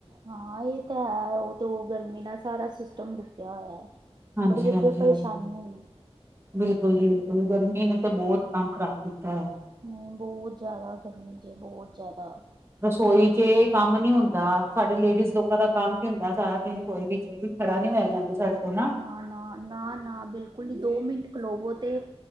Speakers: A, on the right (about 40°); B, on the right (about 25°).
A: ਹਾਂ ਇਹ ਤੇ ਹੈ। ਉਹ ਤੇ ਉਹ ਗਰਮੀ ਨਾਲ ਸਾਰਾ ਸਿਸਟਮ ਰੁਕਿਆ ਹੋਇਆ।
B: ਹਾਂਜੀ
A: ਬੜੀ ਅੱਗੇ
B: ਹਾਂਜੀ
A: ਪਰੇਸ਼ਾਨੀ
B: ਹਾਂਜੀ
A: ਹੋਈ-
B: ਬਿਲਕੁਲ ਜੀ ਬਿਲਕੁਲ, ਗਰਮੀ ਨੇ ਤਾਂ ਬਹੁਤ ਕਮ ਖਰਾਬ ਕੀਤਾ ਹੈ।
A: ਹੂ, ਬਹੁਤ ਜਿਆਦਾ ਗਰਮੀ ਜੇ, ਬਹੁਤ ਜਿਆਦਾ-
B: ਰਸੋਈ ਚ ਕੰਮ ਨੀ ਹੁੰਦਾ, ਸਾਡੇ ਲੇਡੀਜ਼ ਲੋਕਾਂ ਦਾ ਕੰਮ ਕੀ ਹੁੰਦਾ, ਸਾਰਾ ਦਿਨ ਰਸੋਈ ਵਿੱਚ ਵੀ ਖੜਾ ਨੀ ਹੋਯਾ ਜਾਂਦਾਂ, ਸਾਡੇ ਕੋਲ ਨਾ
A: ਨਾ, ਨਾ, ਨਾ, ਨਾ ਬਿਲਕੁਲ ਨੀ, ਦੋ ਮਿੰਟ ਖਲੋਵੋ ਤੇ